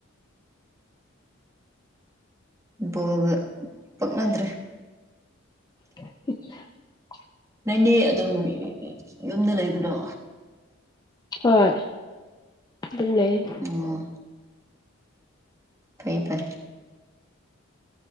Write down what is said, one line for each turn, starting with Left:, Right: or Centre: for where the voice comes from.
Right: ꯕꯣꯜꯒ ꯄꯛꯅꯗ꯭ꯔꯦ
Left: <unintelligible>
Right: ꯅꫭꯏꯅꯤ ꯑꯗꯨꯝ ꯌꯨꯝꯗ ꯂꯩꯕꯗꯣ
Left: ꯍꯣꯏ ꯗꯨꯝ ꯂꯩ
Right: ꯎꯝ ꯐꯩ ꯐꯩ